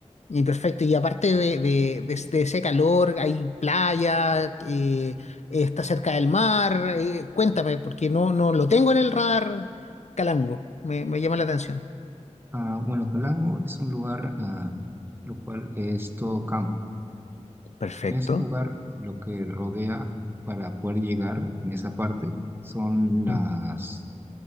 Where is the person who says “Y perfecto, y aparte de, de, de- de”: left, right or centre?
Left